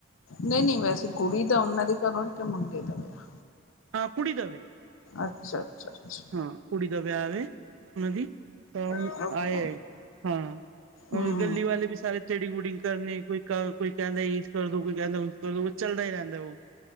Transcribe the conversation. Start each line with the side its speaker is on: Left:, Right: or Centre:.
Left: ਨਈ-ਨਈ ਵੈਸੇ ਕੁੜੀ ਦਾ ਓਨਾਂ ਦੇ ਘਰੋਂ ਕੇ ਮੁੰਡੇ ਦਾ ਵਿਆਹ।
Right: ਹਾਂ ਕੁੜੀ ਦਾ ਵੇ।
Left: ਅੱਛਾ-ਅੱਛਾ-ਅੱਛਾ।
Right: ਹਾਂ ਕੁੜੀ ਦਾ ਵਿਆਹ ਵੇ ਓਨਾਂ ਦੀ, ਤਾਂ
Left: ਓਕੇ
Right: ਆਏ-ਆਏ ਹਾਂ। ਹੋਰ
Left: ਹਮ
Right: ਗੱਲੀ ਵਾਲੇ ਵੀ ਸਾਰੇ ਥੇ੍ਡਿੰਗ-ਥ੍ਰੂਡਿੰਗ ਕਰਨ ਕੋਈ ਕ ਕੋਈ ਕੈੱਦਾ ਇਂਜ ਕਰਦੋ, ਕੋਈ ਕੈਂਦਾ ਉਂਜ ਕਰ ਦੋ ਬਸ ਚੱਲਦਾ ਈ ਰੈਂਦਾ, ਓ